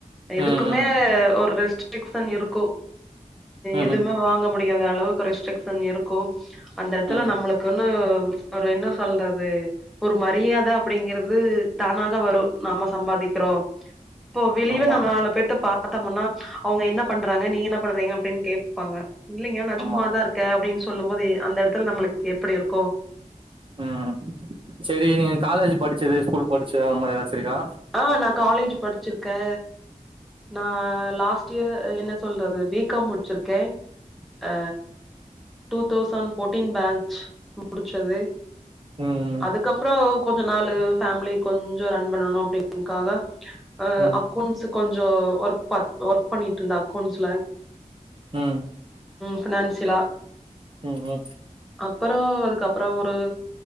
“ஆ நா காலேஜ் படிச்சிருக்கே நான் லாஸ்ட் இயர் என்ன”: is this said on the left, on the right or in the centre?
Centre